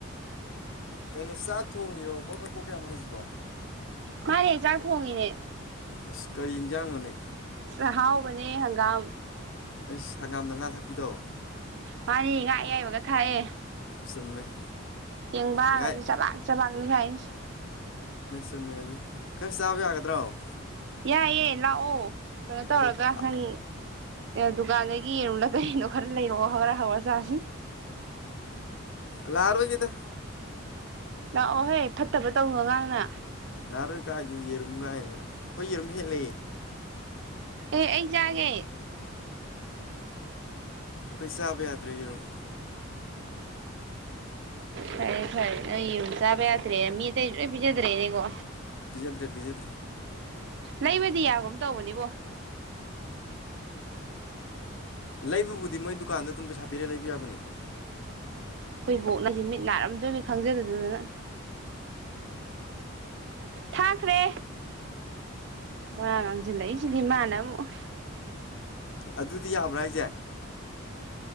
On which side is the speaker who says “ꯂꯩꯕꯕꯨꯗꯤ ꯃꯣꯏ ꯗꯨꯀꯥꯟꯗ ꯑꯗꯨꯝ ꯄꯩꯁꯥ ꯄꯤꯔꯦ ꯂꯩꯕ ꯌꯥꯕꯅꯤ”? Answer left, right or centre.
Left